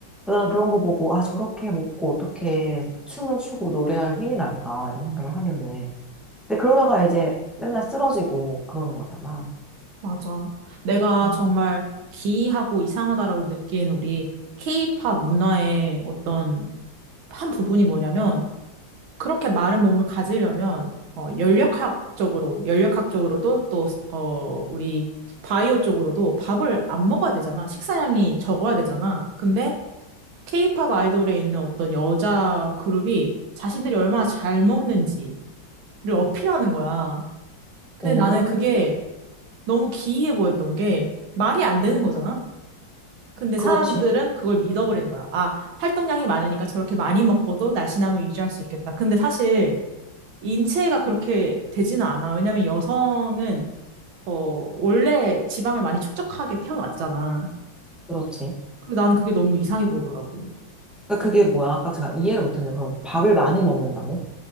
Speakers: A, in the centre; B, on the right (about 80°).
A: 나 그런 거 보고, 아, 저렇게 먹고 어떻게 춤을 추고 노래할 힘이 날까, 이런 생각을 하는데. 근데 그러다가 이제 맨날 쓰러지고 그러는 거잖아.
B: 맞아. 내가
A: 음.
B: 정말 기이하고 이상하다라고 느낀 우리 케이팝 문화의 어떤 한 부분이 뭐냐면 그렇게 마른 몸을 가지려면 어, 연력학적으로 연력학적으로도 또 어, 우리 바이오 쪽으로도 밥을 안 먹어야 되잖아. 식사량이 적어야 되잖아. 근데 케이팝 아이돌에 있는 어떤 여자 그룹이 자신들이 얼마나 잘 먹는지를 어필하는 거야. 근데
A: 오,
B: 나는 그게 너무 기이해 보였던 게 말이 안 되는 거잖아. 근데
A: 그렇지.
B: 사람들은 그걸 믿어버리는 거야. 아, 활동량이 많으니까 저렇게 많이 먹고도 날씬함을 유지할 수 있겠다. 근데 사실 인체가 그렇게 되지는 않아. 왜냐면 여성은 어, 원래 지방을 많이 축적하게 태어났잖아.
A: 그렇지.
B: 그리고 나는 그게 너무 이상해 보이더라고.
A: 그러니까 그게 뭐야? 아까 제가 이해를 못했는데, 그럼 밥을 많이 먹는다고?